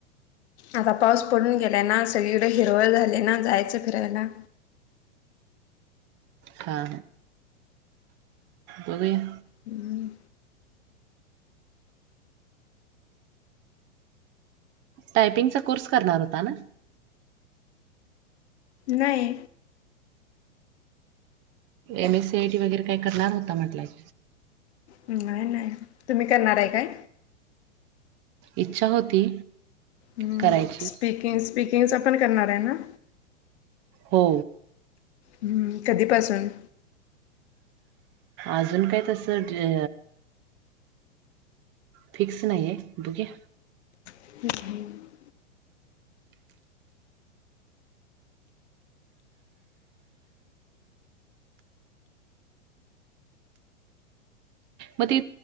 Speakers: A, on the left; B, on the right.
A: आता पाऊस पडून गेलाय ना, सगळीकडे हिरवळ झाली ना जायचं फिरायला.
B: हा. बघुया.
A: हम्म!
B: टायपिंगचा कोर्स करणार होता ना?
A: नाही.
B: एम एस सी आयटी वगैरे काय करणार होता म्हटला.
A: नाही नाही, तुम्ही करणार आहे काय?
B: इच्छा होती.
A: ह्
B: करायची.
A: स्पीकिंग स्पीकिंगच पण करणार आहे ना?
B: हो.
A: ह कधीपासून.
B: अजून काय तसं ते फिक्स नाही आहे बघुया.
A: <unintelligible>
B: मग त